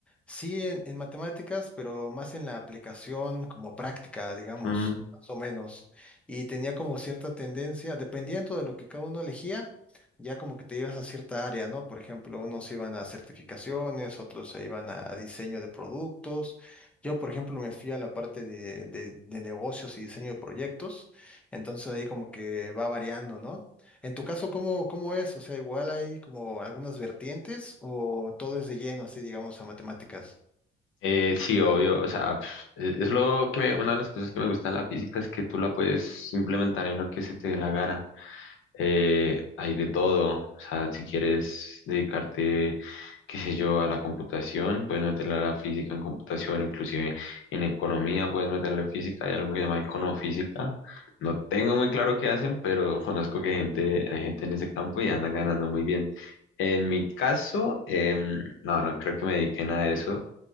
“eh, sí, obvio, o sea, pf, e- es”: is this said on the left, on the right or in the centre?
Left